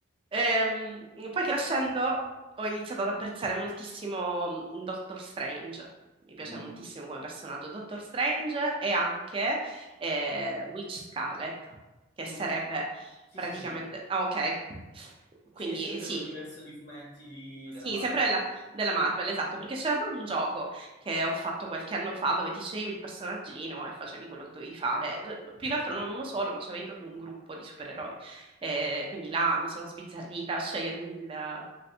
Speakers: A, on the right; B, on the left.
A: Ehm, poi crescendo ho iniziato ad apprezzare moltissimo mm, Doctor Strange. Mi piace
B: Mm.
A: moltissimo come personaggio Doctor Strange e anche eh, Witch Scarlet, che sarebbe
B: Mm. Sì,
A: praticamente...
B: sì, sì.
A: Ah, ok. Quindi
B: Sì, è sempre
A: sì,
B: quell'universo di fumetti della
A: sì,
B: Marvel.
A: sempre della, della Marvel, esatto, perché c'era pure un gioco che ho fatto qualche anno fa dove ti sceglievi il personaggino e facevi quello che dovevi fare. D- Più che altro non uno solo, ma c'avevi proprio un gruppo di supereroi. Eh, quindi là mi sono sbizzarrita a scegliermi il,